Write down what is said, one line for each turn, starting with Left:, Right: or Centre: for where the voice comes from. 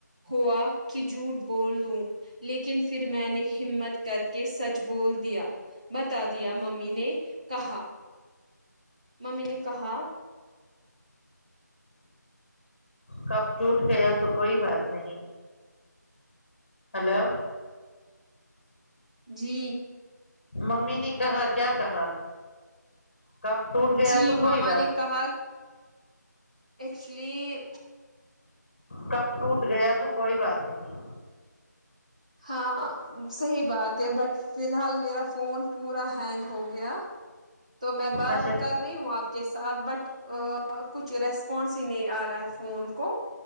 Right: ہوا کی جھوٹ بول دوں لیکن پھر میں نے ہمت کر کے سچ بول دیا بتا دیا ممی نے کہا ممی نے کہا
Left: کب ٹوٹ گیا تو کوئی بات نہیں ہیلو
Right: جی
Left: ممی نے کہا کیا کہا کپ ٹوٹ گیا
Right: جی
Left: تو کوئی
Right: مما
Left: بات
Right: نے
Left: نہیں
Right: کہا ایکچولی
Left: کپ ٹوٹ گیا تو کوئی بات نہیں
Right: ہاں ہ صحیح بات ہے بٹ فی الحال میرا فون پورا ہینگ ہو گیا تو میں بات
Left: اچھا
Right: کر رہی ہوں آپ کے ساتھ بٹ ا کچھ ریسپانس نہیں آ رہا ہے فون کو